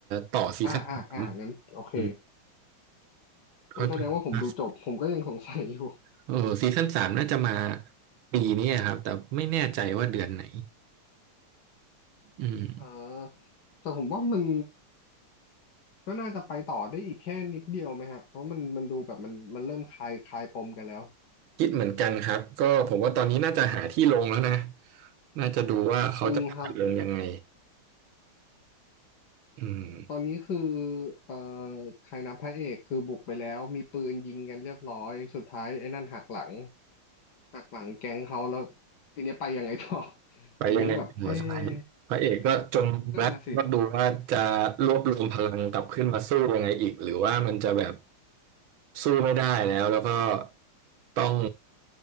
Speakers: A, on the right; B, on the left.
A: ต่อซีซั่นสาม
B: อ่าอ่าอ่างั้นโอเค
A: อืมเข้าใจครับ
B: งั้นแสดงว่าผมดูจบผมก็ยังสงสัยอยู่
A: เออซีซั่นสามน่าจะมาปีนี้ครับแต่ไม่แน่ใจว่าเดือนไหนอืม
B: <laughs> อ่าแต่ผมว่ามันก็น่าจะไปต่อได้อีกแค่นิดเดียวไหมฮะเพราะมันมันดูแบบมันมันเริ่มคลายคลายปมกันแล้ว
A: คิดเหมือนกันครับก็ผมว่าตอนนี้น่าจะหาที่ลงแล้วนะน่าจะดูว่าเขาจะพาลงยังไง
B: จริงครับ
A: อืม
B: ตอนนี้คือเอ่อใครนะพระเอกคือบุกไปแล้วมีปืนยิงกันเรียบร้อยสุดท้ายไอ้นั่นหักหลังหักหลังแก๊งเขาแล้วทีนี้ไปยังไงต่อ <laughs>
A: ไปยังไงหัวใช่
B: ผมยังแบบเอ๊ะ
A: พระเอกก็จนมุมแล้วก็ดูว่าจะรวบรวมพลังกลับขึ้นมาสู้ยังไงอีกหรือว่ามันจะแบบ
B: นั่นน่ะสิ
A: สู้ไม่ได้แล้วแล้วก็ต้อง